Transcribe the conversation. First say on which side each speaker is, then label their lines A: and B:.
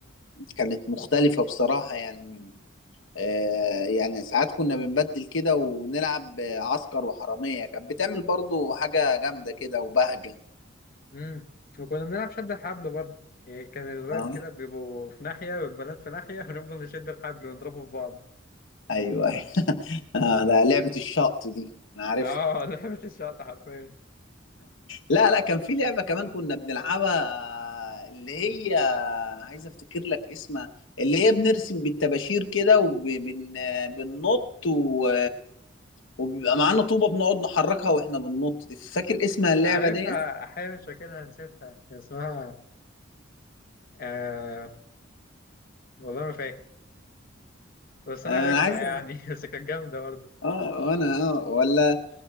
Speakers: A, on the left (about 85°); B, on the left (about 50°).
A: كانت مختلفه بصراحه يعني آه يعني ساعات كنا بنبدل كده ونلعب عسكر وحراميه كانت بتعمل برضو حاجه جامده كده وبهجه
B: امم وكنا بنلعب شد الحبل برضه يعني كان الولاد
A: اه
B: كده بيبقوا في ناحية والبنات في ناحية <laughs> ونفضل نشد الحبل ونضربه في بعض
A: ايوه ايوه <laughs> آه ده لعبه الشط دي انا عارفها
B: اه لعبة الشقطة حرفيا
A: لا لا كان في لعبة كمان كنا بنلعبها اللي هي عايز افتكر لك اسمها اللي هي بنرسم بالطباشير كده وبننط و... وبيبقى معانا طوبة بنقعد نحركها واحنا بننط دي. فاكر اسمها اللعبة
B: عارفها
A: دي؟
B: أحيانا مش فاكرها نسيتها كان اسمها آه والله ما فاكر بس أنا
A: آه
B: عارفها
A: عايز
B: يعني <laughs> بس كانت جامدة برضه
A: اه انا اه ولا